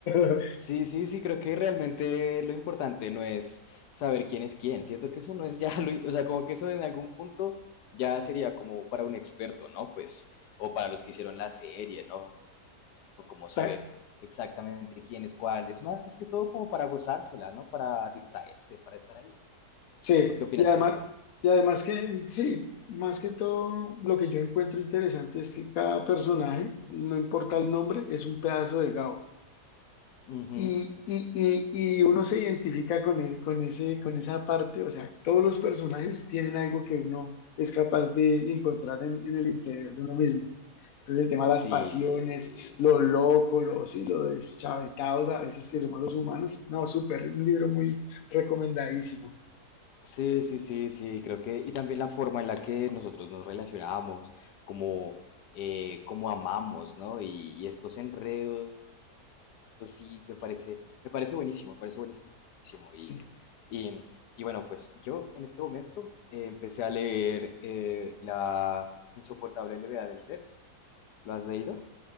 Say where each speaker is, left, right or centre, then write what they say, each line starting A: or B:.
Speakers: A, on the left; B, on the left.
A: <laughs>
B: Sí, sí, sí, creo que realmente lo importante no es saber quién es quién. Siento que eso no es ya lo, o sea, como que eso en algún punto ya sería como para un experto, ¿no? Pues, o para los que hicieron la serie, ¿no? como saber
A: Ta-
B: exactamente quién es cuál. Es más que todo como para gozársela, ¿no? Para distraerse, para estar ahí.
A: Sí,
B: ¿O qué opinas
A: y además,
B: tú?
A: y además que, sí, más que todo, lo que yo encuentro interesante es que cada personaje, no importa el nombre, es un pedazo de Gabo.
B: Ujú.
A: Y, y- y- y uno se identifica con, es- con, ese, con esa parte, o sea, todos los personajes tienen algo que uno es capaz de encontrar en, en el interior de uno mismo. Entonces el tema de
B: Sí,
A: las pasiones, lo
B: sí.
A: loco, lo, sí, lo deschavetados a veces que somos los humanos. No, súper, un libro muy recomendadísimo.
B: Sí, sí, sí, sí, creo que, y también la forma en la que nosotros nos relacionamos, como, eh, como amamos, ¿no? Y, y estos enredos sí, me parece, me parece buenísimo, me parece buenísimo. Y,
A: Sí.
B: y, y bueno, pues yo en este momento eh, empecé a leer eh, La insoportable levedad del ser. ¿Lo has leído?